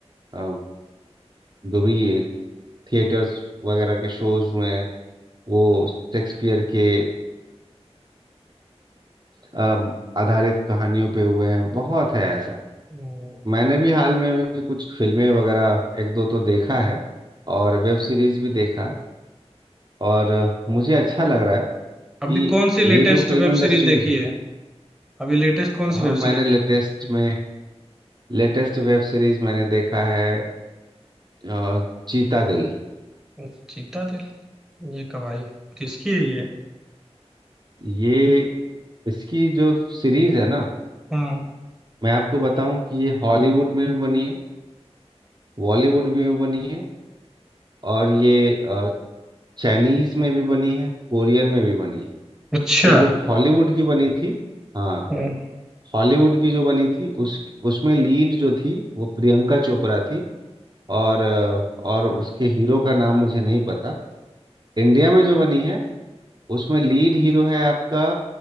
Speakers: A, on the right (about 40°); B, in the centre.
A: अ, जो भी थिएटर्स वगैरह के शोज हुए हैं वो शेक्सपियर के अम, आधारित कहानियों पे हुए हैं बहुत है ऐसा
B: हम्म,
A: मैंने भी हाल में भी कुछ फिल्में वगैरह एक दो तो देखा है और वेब सीरीज भी देखा और मुझे अच्छा लग रहा है कि
B: अभी कौन सी लेटेस्ट
A: ये जो फिल्म
B: वेब
A: इंडस्ट्रीज
B: सीरीज देखी
A: है
B: है अभी लेटेस्ट कौन
A: अ,
B: सी वेब
A: मैंने
B: सीरीज
A: लेटेस्ट
B: देखी
A: में लेटेस्ट वेब सीरीज मैंने देखा है अ, चीता दिल
B: है चीता दिल ये कब आई किसकी है ये
A: ये इसकी जो सीरीज है ना
B: हम्म
A: मैं आपको बताऊं कि ये हॉलीवुड में भी बनी है बॉलीवुड में भी बनी है और ये चाइनीज में भी बनी है कोरियन में भी बनी है
B: अच्छा
A: तो जो हॉलीवुड की बनी थी हाँ
B: हम्म
A: हॉलीवुड की जो बनी थी उस उसमें लीड जो थी वो प्रियंका चोपड़ा थी और अ, और उसके हीरो का नाम मुझे नहीं पता इंडिया में जो बनी है उसमें लीड हीरो है आपका